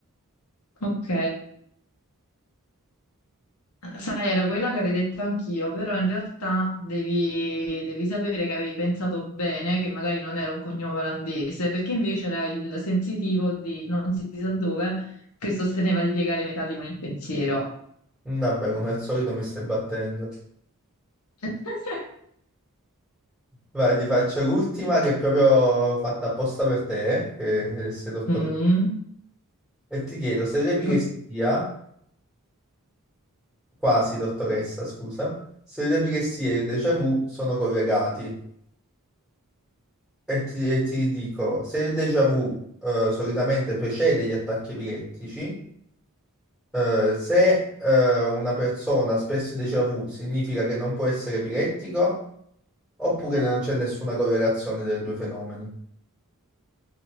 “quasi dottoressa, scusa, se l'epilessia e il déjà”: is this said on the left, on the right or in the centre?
Centre